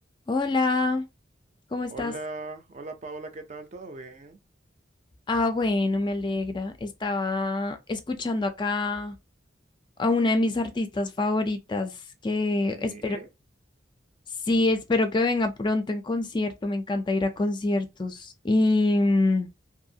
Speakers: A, on the left (about 25°); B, on the right (about 40°).
A: Hola, ¿cómo estás?
B: Hola, hola Paola, ¿qué tal? ¿Todo bien?
A: Ah, bueno, me alegra. Estaba escuchando acá a una de mis artistas favoritas que
B: Sí,
A: espero, sí, espero que venga pronto en concierto. Me encanta ir a conciertos. Y, mm,